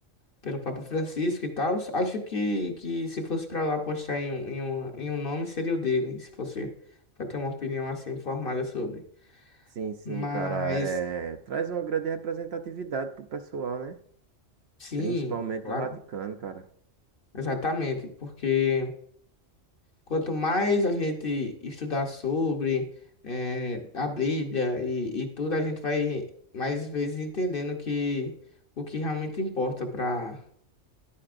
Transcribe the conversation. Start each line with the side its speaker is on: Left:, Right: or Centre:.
Left: pelo Papa Francisco e tal. Acho que, que se fosse pra lá apostar em um, em um, em um nome, seria o dele, se fosse pra ter uma opinião assim formada sobre.
Right: Sim, sim,
Left: Mas
Right: cara. É... Traz uma grande representatividade pro pessoal, né?
Left: sim,
Right: Principalmente
Left: é claro,
Right: do Vaticano, cara.
Left: exatamente, porque quanto mais a gente estudar sobre eh, a Bíblia e, e tudo, a gente vai mais vezes entendendo que o que realmente importa para